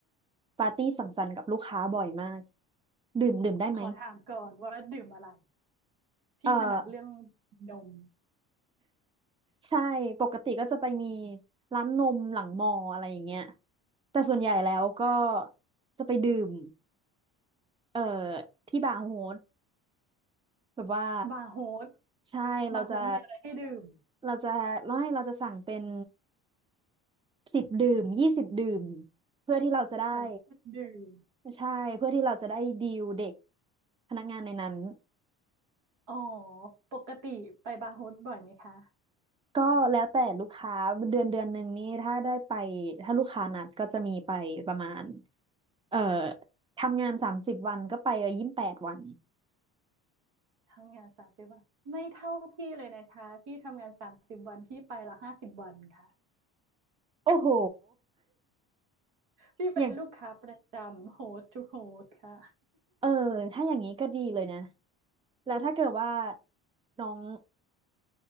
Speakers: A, on the right; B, on the right.
A: ปาร์ตี้สังสรรค์กับลูกค้าบ่อยมาก ดื่มดื่มได้ไหม
B: ขอถามก่อนว่าดื่มอะไรพี่ถนัดเรื่อง
A: เออ
B: นม
A: ใช่ ปกติก็จะไปมีร้านนมหลังมออะไรอย่างเงี้ยแต่ส่วนใหญ่แล้วก็จะไปดื่ม เอ่อ ที่บาร์โฮสแบบว่า
B: บาร์โฮส
A: ใช่เราจะ
B: บาร์โฮสมีอะไรให้ดื่ม
A: เราจะไม่เราจะสั่งเป็นสิบดื่มยี่สิบดื่มเพื่อที่เราจะได้
B: สามสิบดื่ม
A: ใช่เพื่อที่เราจะได้ดีลเด็กพนักงานในนั้น
B: อ๋อปกติไปบาร์โฮสบ่อยไหมคะ
A: ก็แล้วแต่ลูกค้าเดือนเดือนหนึ่งนี่ถ้าได้ไปถ้าลูกค้านัดก็จะมีไปประมาณเอ่อทำงานสามสิบวันก็ไปยี่สิบแปดวัน
B: ทำงานสามสิบวันไม่เท่าพี่เลยนะคะพี่ทำงานสามสิบวันพี่ไปละห้าสิบวันค่ะ
A: โอ้โห <laughs>
B: พี่เป็นลูกค้าประจำ
A: อย่าง
B: host to host ค่ะ
A: เออถ้าอย่างนี้ก็ดีเลยนะแล้วถ้าเกิดว่าน้อง